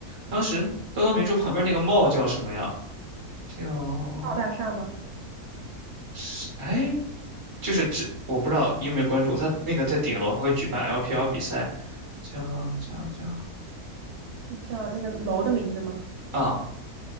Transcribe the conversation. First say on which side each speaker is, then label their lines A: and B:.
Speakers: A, on the right (about 25°); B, on the right (about 80°).
A: 当时东方明珠旁边那个 m 叫什么呀？叫
B: 金茂大厦吗？
A: 是哎，就是这我不知道你有没有关注过，它那个在顶楼还会举办 LPL 比赛，叫叫叫
B: 嗯叫那个楼的名字吗？
A: 啊，